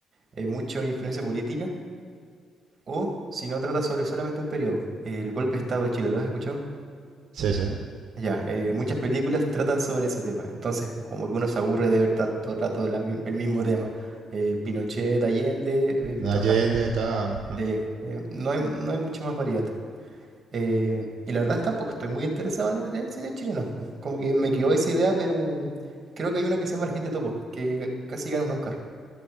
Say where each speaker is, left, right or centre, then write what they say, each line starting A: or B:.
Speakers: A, on the right (about 45°); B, on the right (about 70°).
A: eh, mucha influencia política, o si no, trata sobre solamente un periodo. El golpe de Estado de Chile, ¿lo has escuchado?
B: Sí, sí.
A: Ya, eh, muchas películas tratan sobre ese tema. Entonces, como que uno se aburre de ver tanto rato la mi- el mismo tema. Eh, Pinochet, Allende, eh, Víctor
B: Allende, tal.
A: Sí, eh, no hay, no hay mucha más variedad. Eh, y la verdad es que tampoco estoy muy interesado en el, en el cine chileno. Como que me quedó esa idea, pero creo que hay una que se llama La gente Topo, que casi gana un Oscar.